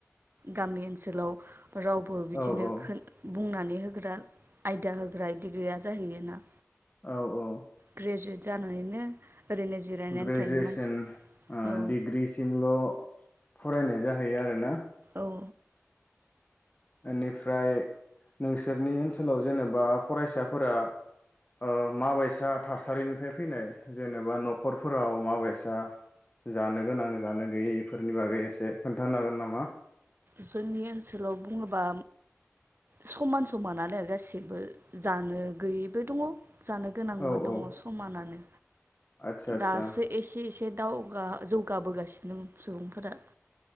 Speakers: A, on the right; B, on the left.
A: गामि ओनसोलाव रावबो बिदिनो
B: औ औ
A: खोन बुंनानै होग्रा आयदा होग्रा डिग्रिया जाहैयोना।
B: औ औ।
A: ग्रेजुवेट जानानैनो ओरैनो जिरायनानै
B: ग्रेजुवेसन
A: थायो मानसि
B: ओ-डिग्रिसिमल'
A: औ
B: फरायनाय जाहैयो आरोना?
A: औ औ।
B: ओनिफ्राय नोंसोरनि ओनसोलाव जेनेबा फरायसाफोरा ओ- माबायसा थासारिनिफ्राय फैनाय जेनेबा न'खरफोराव माबायसा जानो गोनां जानो गैयै इफोरनि बागै एसे खोन्थानो हागोन नामा?
A: जोंनि ओनसोलाव बुङोबा समान समानानो गासिबो जानो गैयैबो दङ जानो गोनांबो
B: औ
A: दङ
B: औ
A: समानानो
B: आदसा आदसा
A: दासो एसे एसे दावगा जौगाबोगासिनो सुबुंफोरा।